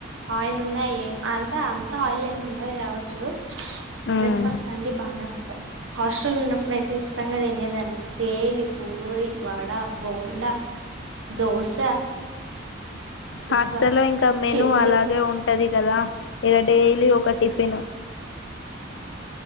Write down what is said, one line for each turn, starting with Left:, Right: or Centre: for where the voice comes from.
Right: ఆయిల్ ఉన్నాయి ఏం అంత అంత ఆయిల్ ఏమి ఉండదు కావచ్చు
Left: మ్మ్
Right: బ్రేక్ఫాస్ట లన్ని బానే ఉంటాయి హాస్టల్ ఉన్నప్పుడైయితే ఇష్టంగా తినేదాన్ని డైలీ పూ పూరి వడా బోండా దోశ సూపర్
Left: హాస్టలో ఇంకా మెను
Right: చట్నీ
Left: అలాగే ఉం ఉంటది కదా ఈడ డైలీ ఒక టిఫిన్